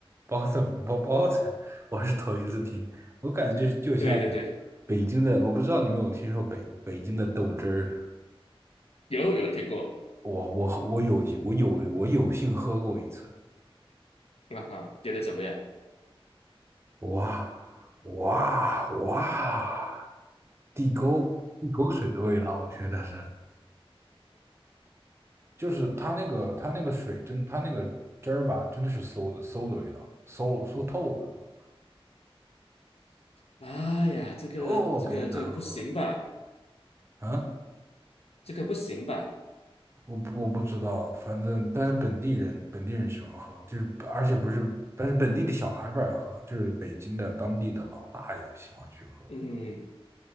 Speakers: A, on the right (about 25°); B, on the left (about 85°).
A: 包子包包菜，我是头一次听，我感觉就像
B: 对对对，
A: 北京的，我不知道你们有没有听说北北京的豆汁儿。
B: 有有听过，
A: 我我我有我有我有幸喝过一次，
B: 啊哈，觉得怎么样？
A: 哇哇哇！地沟地沟水的味道，我觉得是，就是它那个它那个水真，它那个汁儿吧，真的是馊的馊的味道，馊了馊透了都，
B: 妈呀，这个这个这个不行吧？
A: 特别难喝。嗯，
B: 这个不行吧？
A: 我不我不知道，反正但是本地人本地人喜欢喝，就是而且不是，但是本地的小孩不爱喝，就是北京的当地的老大爷喜欢去喝。
B: 嗯